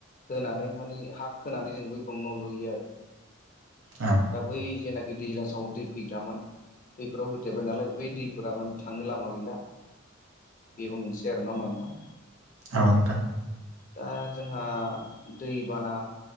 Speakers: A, on the left; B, on the right.
A: होनानै माने हा होनानै जों बैफोर न' लुयो आरो। <unintelligible>
B: औ।
A: दा बै जेनाखि दैज्लां समाव दै फैग्रामोन बैफोराव होथेबाय नालाय। बै दैफोरा माने थांनो लामा गैला बेबो मोनसे आरोना होमबा नोंथां?
B: औ नोंथां
A: दा जोंहा दैबाना